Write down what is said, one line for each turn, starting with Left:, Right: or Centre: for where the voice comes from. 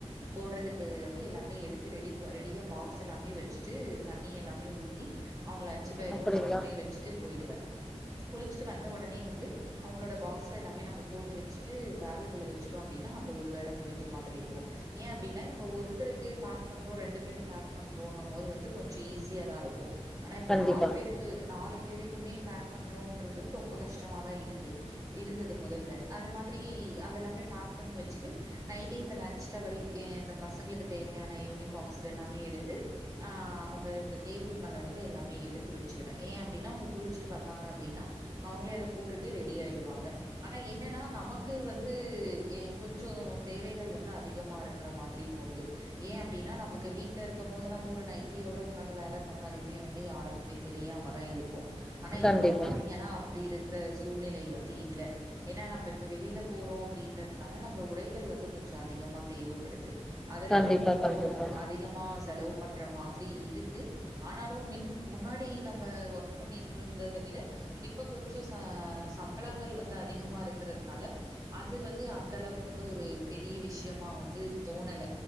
Right: போடுறதுக்கு வந்து எல்லாமே எடுத்து ரெடி ப ரெடியா பாக்ஸ் எல்லாமே வச்சுட்டு தண்ணி எல்லாமே ஊத்தி அவங்க லன்ச்சு பேகும்
Centre: அப்டிங்களா
Right: பக்கமே வச்சுட்டு போயிடுவேன் குளிச்சுட்டு வந்த உடனே வந்து அவங்களோட பாக்ஸ்ல எல்லாமே நம்ம போட்டு வச்சுட்டு பாகுக்குள்ளே வச்சுட்டோம் அப்பிடின்னா அந்த ஒரு வேல முடிஞ்ச மாதிரி இருக்கும் ஏன் அப்பிடின்னா இப்ப ஒருத்தருக்கு பாக் பண்றோம் ரெண்டு பேருக்கு பாக் பண்றோன்னும் போது வந்து கொஞ்சம் ஈஸியா தான் இருக்கும் ஆனா இப்ப
Centre: கண்டிப்பா கண்டிப்பா
Right: நாலு பேருக்கு நாலுப் பேருக்குமே பேக் பண்றோன்றது வந்து ரொம்ப கஷ்டமா தான் இருக் க்கு இருந்தது முதல்ல அத மாதிரி அதெல்லாமே பாக் பண்ணி வச்சட்டு நைட்டே இந்த லஞ்ச் டவல் ஏன் இந்தப் பசங்களுக்குத் தேவையான யூனிஃபார்ம்ஸ் இதெல்லாமே எடுத்து ஆஹ் அவங்களுக்கு டேபிள் மேல வந்து எல்லாமே எடுத்து வச்சிருவே ஏ அப்படின்னாக்க அவங்க குளிச்சட்டு வந்தாங்க அப்படின்னா அவங்களே அத போட்டுட் ட்டு ரெடி ஆயிடுவாங்க ஆனா என்ன ன்னா நமக்கு வந்து ஏன் கொஞ்சோ தேவைகள் வந்து அதிகமா இருக்கிற மாதிரி தோணுது. ஏன் அப்படின்னா நமக்கு வீட்ல இருக்கும் போது நம்ம ஒரு நைட்டியோட உக்காந்து வேல பாத்தாலையுமே வந்து யாருக்குமே தெரியாம தான் இருக்கு ஆனா
Centre: கண்டிப்பா
Right: இப்ப பாத்தீங்கன்னா அப்பிடி இருக்கிற சூ சூழ்நிலை வந்து இல்ல ஏன்னா நம்ம இப்ப வெளியில போறோம் அப்படின்றதுனால நம்ம உடைகள் வந்து கொஞ்சோ அதிகமாத் தேவைப்படுது அதுல
Centre: கண்டிப்பா
Right: வந்து கொஞ்சோ
Centre: கண்டிப்பா
Right: அதிகமா செலவு பண்ற மாதிரி இருக்கு ஆனாலும் மின் முன்னாடி நம்ப ஒர்க் பண்ணிட்டு இருந்தத விட இப்ப கொஞ்சோ ச சம்பளங்கள் வந்து அதிகமா இருக்கிறதுனால அது வந்து அந்த அளவுக்கு வந்து ஒரு பெரிய விஷயமா வந்து தோணல